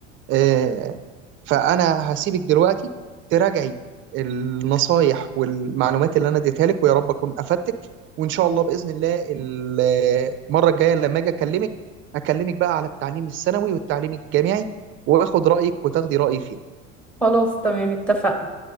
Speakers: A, on the right; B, in the centre.
A: آه، فانا هسيبك دلوقتي تراجعي النصايح والمعلومات اللي انا اديتها لك ويا رب اكون افدتك وان شاء الله باذن الله ال- المره الجايه لما اجي اكلمك اكلمك بقى على التعليم الثانوي والتعليم الجامعي واخد رايك وتاخدي رايي فيه
B: خلاص تمام اتفقنا